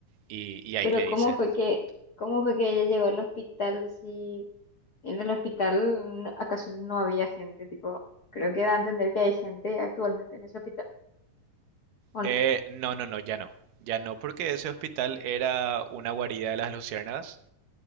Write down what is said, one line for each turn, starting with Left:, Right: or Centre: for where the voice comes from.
Right: Y, y ahí
Left: Pero
Right: le dice,
Left: ¿cómo fue que, cómo fue que ella llegó al hospital si en el hospital no- acaso no había gente? Tipo, creo que da a entender que hay gente actualmente en ese hospital, ¿o
Right: "Eh,
Left: no?
Right: no, no, no, ya no, ya no, porque ese hospital era una guarida de las luciérnagas